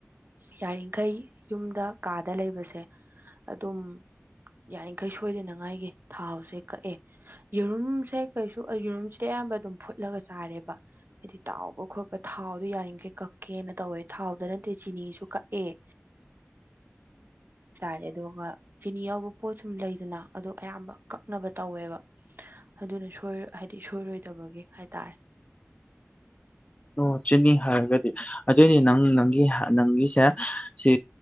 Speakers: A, on the right; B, on the left.
A: ꯌꯥꯔꯤꯈꯩ ꯌꯨꯝꯗ ꯀꯥꯗ ꯂꯩꯕꯁꯦ ꯑꯗꯨꯝ ꯌꯥꯔꯤꯈꯩ ꯁꯣꯏꯗꯅꯉꯥꯏꯒꯤ ꯊꯥꯎꯁꯦ ꯀꯛꯑꯦ ꯌꯦꯔꯨꯝ ꯁꯦ ꯀꯩꯁꯨ ꯌꯦꯔꯨꯝꯁꯦ ꯑꯌꯥꯝꯕ ꯑꯗꯨꯝ ꯐꯨꯠꯂꯒ ꯆꯥꯔꯦꯕ ꯍꯥꯏꯗꯤ ꯇꯥꯎꯕ ꯈꯣꯠꯄ ꯊꯥꯎꯗꯣ ꯌꯥꯔꯤꯃꯈꯩ ꯀꯛꯀꯦꯅ ꯇꯧꯋꯦ ꯊꯥꯎꯗ ꯅꯠꯇꯦ ꯆꯤꯅꯤꯁꯨ ꯀꯛꯑꯦ <inaudible> ꯍꯥꯏꯇꯥꯔꯦ ꯑꯗꯨꯒ ꯆꯤꯅꯤ ꯌꯥꯎꯕ ꯄꯣꯠ ꯁꯨꯝ ꯂꯩꯗꯅ ꯑꯗꯣ ꯑꯌꯥꯝꯕ ꯀꯛꯅꯕ ꯇꯧꯋꯦꯕ ꯑꯗꯨꯅ ꯁꯣꯏ ꯍꯥꯏꯗꯤ ꯁꯣꯏꯔꯣꯏꯗꯕꯒꯤ ꯍꯥꯏꯇꯥꯔꯦ
B: ꯑꯣ ꯆꯤꯅꯤ ꯍꯥꯏꯔꯒꯗꯤ ꯑꯗꯨꯏꯅꯤ ꯅꯪ ꯅꯪꯒꯤ ꯅꯪꯒꯤꯁꯦ ꯁꯤ